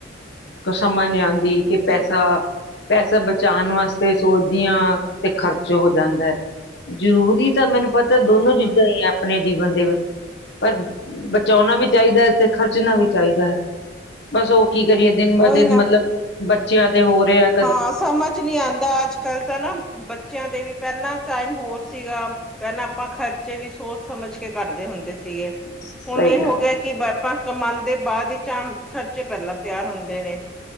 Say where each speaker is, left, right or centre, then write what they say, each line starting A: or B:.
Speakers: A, on the left; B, in the centre.
A: ਕੁਛ ਸਮਜ ਨਹੀਂ ਦੀ ਕਿ
B: ਹਮ
A: ਪੈਸਾ ਪੈਸਾ ਬਚਾਉਣ ਵਾਸਤੇ ਸੋਚ ਦੀ ਆਂ ਤੇ ਖ਼ਰਚ ਹੋ ਜਾਂਦਾ ਹੈ ਜ਼ਰੂਰੀ ਤਾਂ ਮੈਨੂੰ ਪਤਾ ਦੋਨੋ
B: ਹਮ
A: ਚੀਜ਼ਾਂ
B: ਹਮ
A: ਹੀ ਆ ਆਪਣੇ ਜੀਵਨ ਦੇ ਵਿੱਚ ਪਰ ਬਚਾਉਣਾ ਵੀ ਚਾਹੀਦਾ ਹੈ, ਤੇ ਖਰਚਣਾ ਵੀ ਚਾਹੀਦਾ ਹੈ ਬਸ ਉਹ ਕੀ ਕਰੀਏ ਦਿਨ ਬਾ
B: ਉਹੀ
A: ਦਿਨ
B: ਨਾ
A: ਮਤਲਬ ਬੱਚਿਆਂ ਦੇ ਹੋ ਰਿਹਾ ਆ।
B: ਹਾਂ ਸਮਝ ਨੀ ਆਂਦਾ, ਅੱਜ-ਕੱਲ ਤਾਂ ਨਾ ਬੱਚਿਆਂ ਦੇ ਵੀ ਪੈਲਾਂ ਟਾਈਮ ਹੋਰ ਸੀਗਾ ਪੈਲਾਂ ਆਪਾਂ ਖਰਚੇ ਵੀ ਸੋਚ ਸਮਝ ਕੇ ਕਰਦੇ ਹੁੰਦੇ ਸੀਗੇ
A: ਸਹੀ
B: ਹੁਣ ਇਹ
A: ਗੱਲ
B: ਹੋ ਗਿਏ ਕਿ ਆਪਾਂ ਕਮਾਦੇ ਬਾਅਦ ਚ ਆ, ਖਰਚੇ ਪੈਲਾਂ ਤਿਆਰ ਹੁੰਦੇ ਨੇ